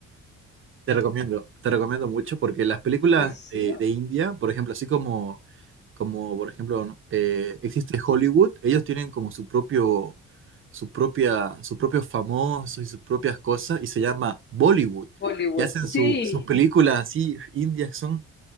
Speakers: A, on the right; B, on the left.
A: Te recomiendo, te recomiendo mucho porque las películas
B: Pues sí.
A: de, de India, por ejemplo, así como como por ejemplo, ¿no? Eh, existe Hollywood, ellos tienen como su propio, su propia, sus propios famosos y sus propias cosas, y se llama Bollywood.
B: Bollywood
A: Y hacen
B: Sí.
A: su- sus películas así, indias, son,